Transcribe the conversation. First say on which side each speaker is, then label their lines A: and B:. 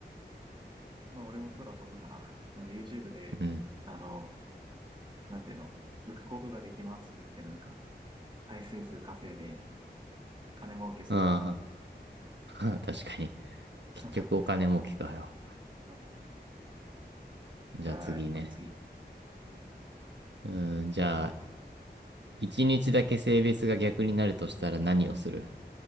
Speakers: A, on the right; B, on the right.
A: まあ、俺も空飛ぶかな。なんか YouTube で、
B: うん。
A: あの、なんていうの、浮くことができますとか言って、なんか、耐性数稼いで、金儲けするか。
B: ああ、<laughs> 確かに。
A: <laughs>
B: 結局お金儲けかよ。
A: うん
B: じゃあ次ね。
A: じゃあ、えっと、次。
B: うーん、じゃあ、一日だけ性別が逆になるとしたら何をする